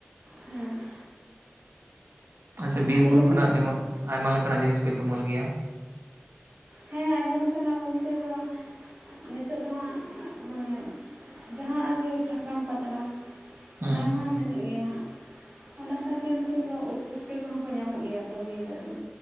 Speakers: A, on the right; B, on the right.
A: ᱦᱮᱸ
B: ᱟᱪᱷᱟ ᱵᱤᱨ
A: ᱟᱯᱮ
B: ᱵᱩᱨᱩ
A: ᱫᱚ ᱦᱟᱸᱜ
B: ᱠᱷᱚᱱᱟᱜ ᱡᱮᱢᱚᱱ ᱟᱭᱢᱟ ᱞᱮᱠᱟᱱᱟᱜ ᱡᱤᱱᱤᱥ ᱯᱮ ᱛᱩᱢᱟᱹᱞ ᱜᱮᱭᱟ
A: ᱦᱮᱸ ᱟᱭᱢᱟ ᱞᱮᱠᱟᱱᱟᱜ ᱵᱚᱞᱛᱮ ᱫᱚ ᱱᱤᱛᱚᱜ ᱫᱚ ᱦᱟᱸᱜ ᱢᱟᱱᱮ ᱡᱟᱦᱟᱸ ᱟᱨ ᱥᱟᱷᱟᱠᱟᱢ ᱯᱟᱛᱲᱟ
B: ᱦᱩᱸ
A: ᱚᱱᱟ ᱢᱟ
B: ᱦᱩᱸ
A: ᱢᱮᱱᱟᱜ ᱜᱮᱭᱟ ᱦᱟᱸᱜ ᱚᱱᱟ ᱥᱟᱶᱛᱮ ᱱᱤᱛᱚᱜ ᱫᱚ ᱩᱫ ᱯᱩᱴᱠᱟᱹ ᱠᱚᱦᱚᱸ ᱠᱚ ᱧᱟᱢᱚᱜ ᱜᱮᱭᱟ ᱛᱚ ᱵᱤᱨ ᱨᱮ ᱫᱚ